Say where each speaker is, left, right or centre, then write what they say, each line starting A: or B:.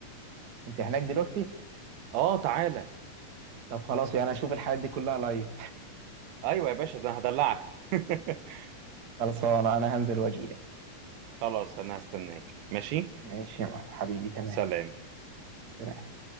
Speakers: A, on the right (about 45°); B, on the right (about 85°).
A: انت هناك دلوقتي؟
B: اه تعالى
A: طب خلاص يعني اشوف الحاجات دي كلها لايف
B: ايوه يا باشا ده أنا هدلعك <laughs>
A: خلصانه انا أنا هنزل واجي لك
B: خلاص أنا هستناك ماشي
A: ماشي يا معلم. حبيبي تمام
B: سلام
A: سلام